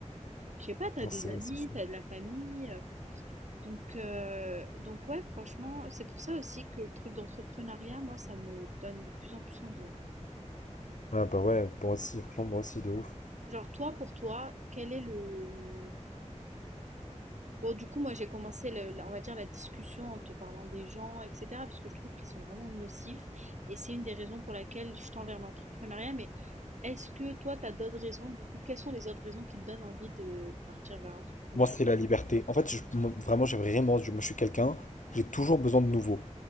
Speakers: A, on the right; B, on the left.
A: Je sais pas, t'as
B: Non,
A: des
B: c'est,
A: amis,
B: c'est fou.
A: t'as de la famille. euh, Donc, euh, donc ouais, franchement, c'est pour ça aussi que le truc d'entrepreneuriat, moi, ça me donne de plus en plus envie. hein.
B: Ouais, bah ouais, moi aussi, franchement, moi aussi, de ouf.
A: Genre toi, pour toi, quel est le, Bon, du coup, moi, j'ai commencé, le- la- on va dire, la discussion en te parlant des gens, etc., parce que je trouve qu'ils sont vraiment nocifs. Et c'est une des raisons pour laquelle je tends vers l'entrepreneuriat. Mais est-ce que toi, tu as d'autres raisons, du coup, quelles sont les autres raisons qui te donnent envie de partir vers l'entrepreneuriat?
B: Moi, c'est la liberté. En fait, je- moi, vraiment, j'ai vraiment, je, moi, je suis quelqu'un, j'ai toujours besoin de nouveau,